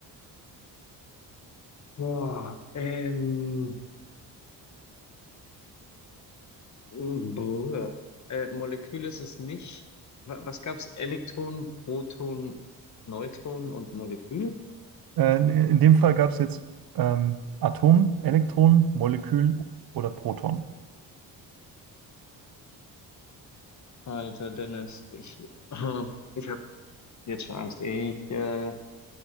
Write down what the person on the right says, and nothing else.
Äh, in dem Fall gab es jetzt ähm, Atom, Elektron, Molekül oder Proton.